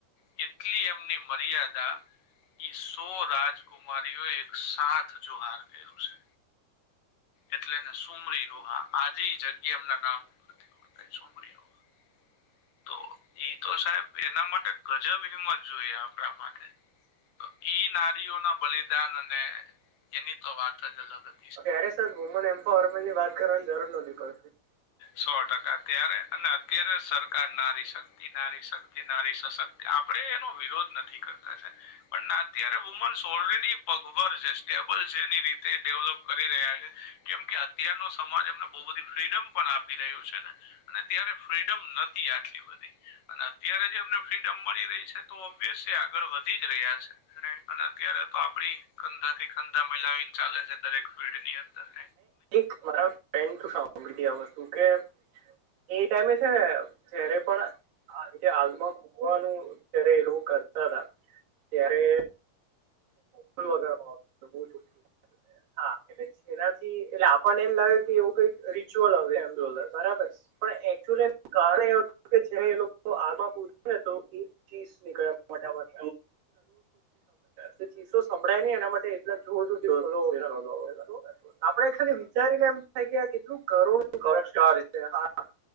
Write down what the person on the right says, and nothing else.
<inaudible>
<unintelligible>
ત્યારે સર વુમન એમ્પાવરમેન્ટની વાત કરવાની જરૂર નહોતી પડતી.
એક મારા ફ્રેન્ડ સાંભળીતી આ વસ્તુ કે, એ ટાઈમે છે, જ્યારે પણ આ જે આગમાં કુવાનું જ્યારે એ લોકો કરતા હતા ત્યારે <unintelligible> હા એટલે એનાથી એટલે આપણને એમ લાગે કે એવું કઈક રિચ્યુઅલ આવ એમ જો બરાબર પણ એકચુઅલી એનું કારણ એવું હતું કે જે એ લોકો આગમાં પૂછ્યું ને તો એ ચીસ નીકળ્યા મોટા ભાગ <inaudible> ચીસો સંભળાયને એના માટે એટલા જોર દિવસ આપડે છેને વિચારીને એમ થાય કે આ કેટલું કરોડચ છે હા